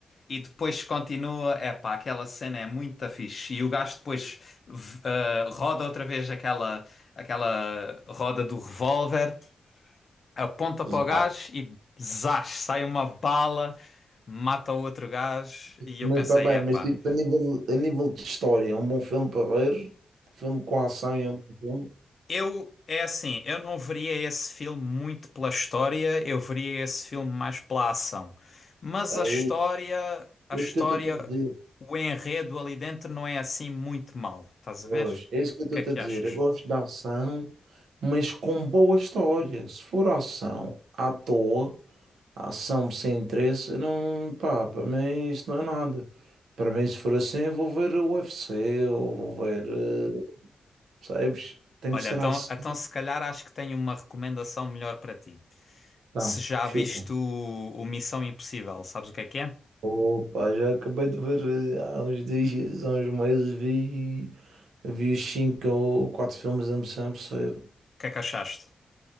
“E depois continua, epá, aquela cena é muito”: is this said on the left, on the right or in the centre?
Left